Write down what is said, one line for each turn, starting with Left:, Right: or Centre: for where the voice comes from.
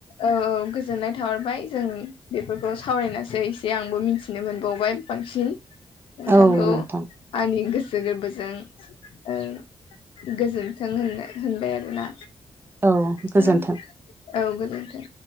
Left: औ औ गोजोननाय थाहरबाय जोंनि बे बेफोरखौ सावरायनासै एसे आंबो मिन्थिनो मोनबावबाय बांसिन नोंथांखौ
Right: औ नोंथां
Left: आंनि गोसो गोसो गोरबोजों गोजोन्थों होननो होनबाय आरोना
Right: औ गोजोन्थों
Left: औ औ गोजोनथों